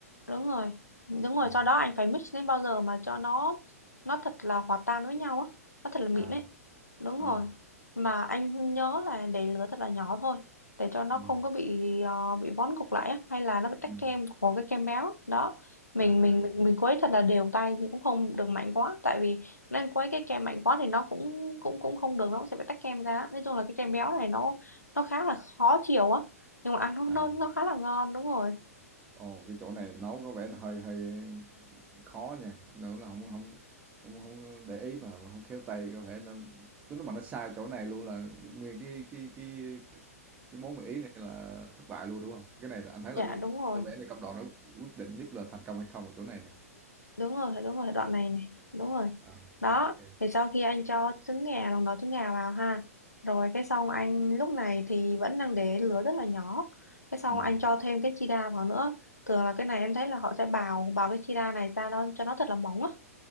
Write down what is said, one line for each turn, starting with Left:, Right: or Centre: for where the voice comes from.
Left: đúng rồi đúng rồi
Right: À,
Left: sau đó anh phải mix đến bao giờ mà cho nó nó thật là hòa tan với nhau á nó thật là mịn
Right: à,
Left: ấy đúng
Right: ờ,
Left: rồi mà anh nhớ là để lửa thật là nhỏ thôi để cho nó
Right: ừm,
Left: không có bị ờ, bị vón cục lại á hay là nó bị tách
Right: ừm,
Left: kem của cái kem béo đó mình
Right: à,
Left: mình
Right: à, hiểu,
Left: mình mình quấy thật là đều tay nhưng cũng không được mạnh quá tại vì nên quấy cái kem mạnh quá thì nó cũng cũng cũng không được nó cũng sẽ bị tách kem ra á. nói chung là cái kem béo này nó nó khá là khó chịu á nhưng mà ăn nó
Right: à.
Left: nó nó khá là ngon đúng rồi
Right: Ồ, cái chỗ này nấu có vẻ là hơi hơi khó nha, nếu là không không không không để ý mà mà không khéo tay có thể nên tới nó mà nó sai chỗ này luôn là nguyên cái cái cái cái món mì Ý này là thất bại luôn, đúng không Cái này là anh thấy là
Left: dạ
Right: cái
Left: đúng rồi
Right: có vẻ là công đoạn nó quyết định nhất là thành công hay không ở chỗ này nè.
Left: đúng rồi đúng rồi đoạn này này đúng rồi
Right: à
Left: đó
Right: ok kê.
Left: thì sau khi anh cho trứng gà lòng đỏ trứng gà vào ha rồi cái xong anh lúc này thì vẫn đang để lửa rất là nhỏ cái xong
Right: Ừm,
Left: anh cho thêm cái chi đa vào nữa thường là cái này em thấy là họ sẽ bào bào cái chi đa này ra nó cho nó thật là mỏng á